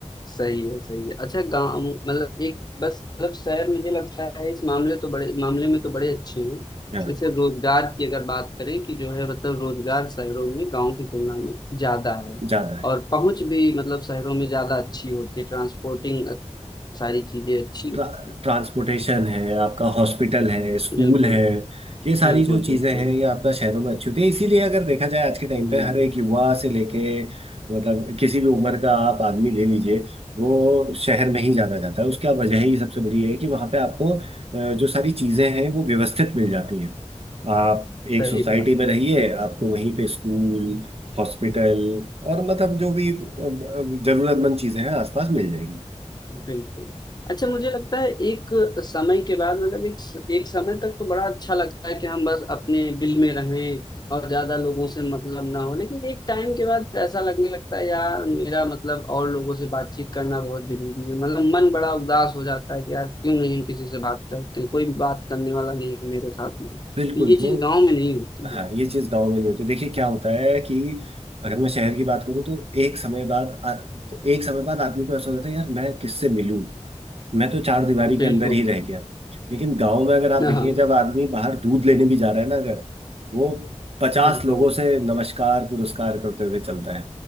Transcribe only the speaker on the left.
सही है सही है अच्छा गांव मतलब एक बस मतलब शहर मुझे लगता है इस मामले तो बड़े मामले में तो बड़े अच्छे हैं
जैसे रोजगार की अगर बात करें कि जो है मतलब रोजगार शहरों में गांव की तुलना में ज्यादा है
और पहुंच भी मतलब शहरों में ज्यादा अच्छी होती है ट्रांसपोर्टिंग सारी चीजें अच्छी होती
हैं।
बिल्कुल
बिल्कुल
बिल्कुल
हम्म
सही
बात
है
बिल्कुल अच्छा मुझे लगता है एक समय के बाद मतलब एक एक समय तक तो बड़ा अच्छा लगता है कि हम बस अपने बिल में रहें और ज्यादा लोगों से मतलब ना हो लेकिन एक टाइम के बाद ऐसा लगने लगता है यार मेरा मतलब और लोगों से बातचीत करना बहुत जरूरी है मतलब मन बड़ा उदास हो जाता है कि यार क्यों नहीं किसी से बात करते कोई भी बात करने वाला नहीं है मेरे साथ में तो
ये
चीज गाँव में नहीं होती
है
बिल्कुल
हाँ
बिल्कुल